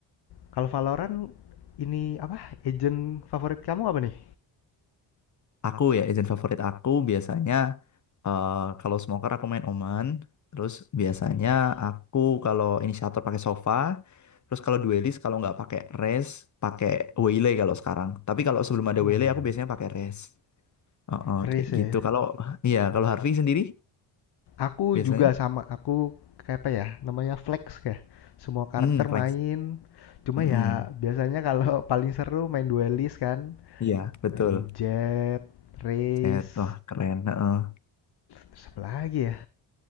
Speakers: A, on the left (about 55°); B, on the left (about 40°).
A: Kalau Valorant ini apa? Agent favorit kamu apa nih?
B: Aku ya agent favorit aku biasanya eh, kalau smoker aku main Omen. Terus biasanya
A: Wih.
B: aku kalau inisiator pakai Sova. Terus kalau duelis kalau nggak pakai Raze pakai Waylay kalau sekarang. Tapi kalau sebelum ada
A: Oh,
B: Waylay
A: wih,
B: aku
A: wih.
B: biasanya pakai Raze. Oh, oh,
A: Riz
B: kayak
A: ya.
B: gitu. Kalau iya, kalau Harvey sendiri
A: Aku
B: biasanya,
A: juga sama, aku kayak apa ya, namanya flex kayak Semua karakter
B: hmm, flex.
A: main. Cuma
B: Mm-mm.
A: ya biasanya kalau <laughs> paling seru main duelist kan,
B: Iya, betul.
A: main jet, race,
B: Set, wah keren. Heeh.
A: terus apa lagi ya?